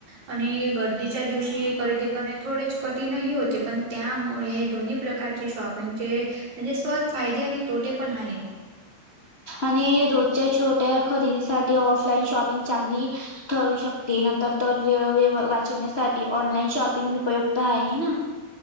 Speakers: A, on the right; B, on the left.
A: आणि गर्दीच्या दिवशी आणि थोडेच कठीणही होते पण त्यामुळे दोन्ही प्रकारचे शॉपिंगचे म्हणजे स्वत फायदे आणि तोटे पण आहेत
B: आणि रोजच्या छोट्या खरेदीसाठी ऑफलाईन शॉपिंग चांगली ठरू शकते नंतर तर वेळवे वाचवण्यासाठी ऑनलाईन शॉप उपयुक्त आहे ना